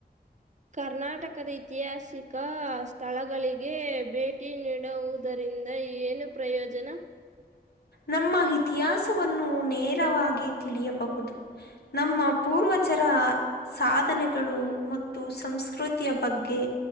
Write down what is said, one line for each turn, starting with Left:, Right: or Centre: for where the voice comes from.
Right: ಕರ್ನಾಟಕದ ಐತಿಹಾಸಿಕ ಸ್ಥಳಗಳಿಗೆ ಭೇಟಿ ನೀಡುವುದರಿ ಇಂದ ಏನು ಪ್ರಯೋಜನ
Left: ನಮ್ಮ ಇತಿಹಾಸವನ್ನು ನೇರವಾಗಿ ತಿಳಿಯಬಹುದು ನಮ್ಮ ಪೂರ್ವ ಚರ ಸಾಧನೆಗಳು ಮತ್ತು ಸಂಸ್ಕೃತಿಯ ಬಗ್ಗೆ